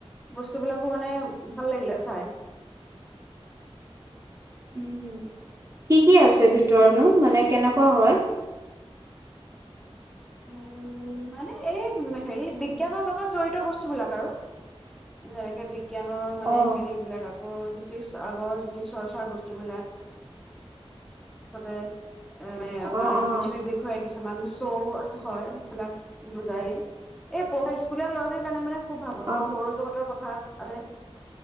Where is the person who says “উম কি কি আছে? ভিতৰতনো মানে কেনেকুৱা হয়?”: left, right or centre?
Right